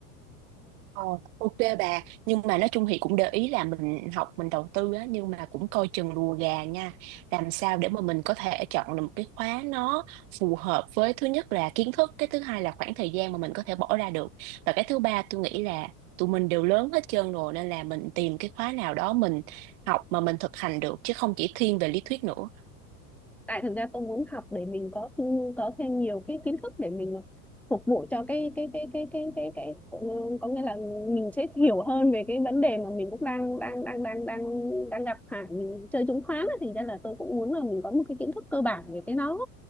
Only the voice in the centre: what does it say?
tại thực ra tôi muốn học để mình có có thêm nhiều cái kiến thức để mình phục vụ cho cái cái cái cái cái cái cái cũng- có nghĩa là mình sẽ hiểu hơn về cái vấn đề mà mình cũng đang đang đang đang đang đang gặp phải mình chơi chứng khoán thì ra là tôi cũng muốn là mình có một cái kiến thức cơ bản về cái nó